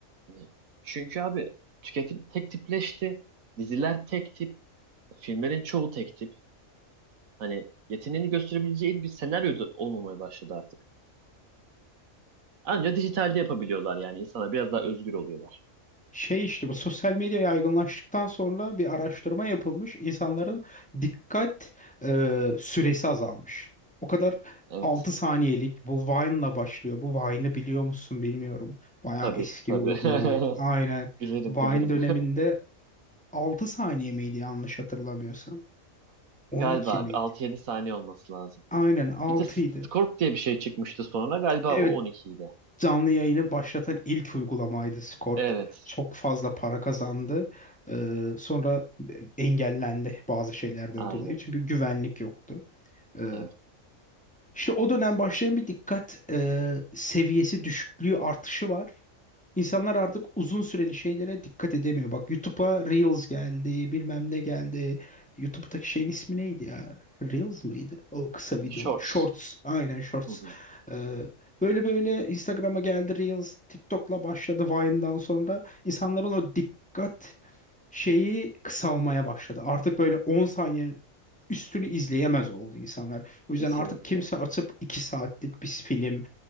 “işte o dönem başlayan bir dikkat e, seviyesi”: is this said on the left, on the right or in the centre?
Centre